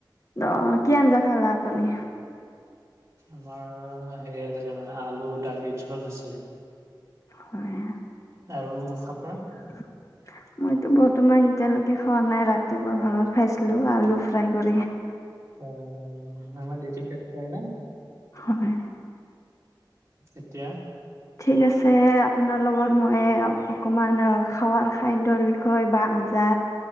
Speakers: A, on the left; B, on the right.
A: অঁ কি আঞ্জা খালা আপুনি?
B: আমাৰ হেৰি আছিলে মানে আলু দালিৰ জোল নাছিলে।
A: হয়ঁ!
B: আৰু আপোনাৰ?
A: ও হহহচ মইতো বৰ্তমান এতিয়ালৈকে খোৱা নাই, ৰাতিপুৱা ভাগত খাইছিলো, আলু ফ্ৰাই কৰি। ওহহহ
B: অঁ আমাৰ দিওটি টেট কৰে না।
A: হয়ঁ।
B: এতিয়া।
A: ঠিক আছে, আপোনাৰ লগত মই অকণমান, খাৱোৱাৰ খাদ্যৰ বিষয়ে, বা আঞ্জা,,,,